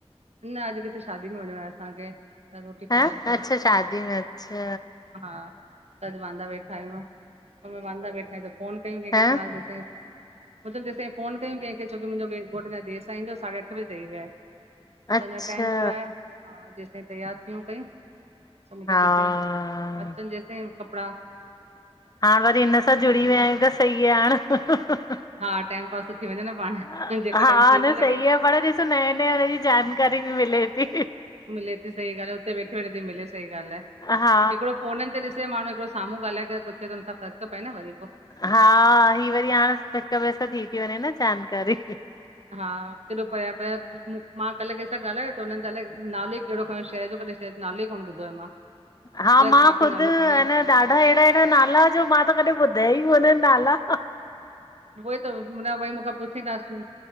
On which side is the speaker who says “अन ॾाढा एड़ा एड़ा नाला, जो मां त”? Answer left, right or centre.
Left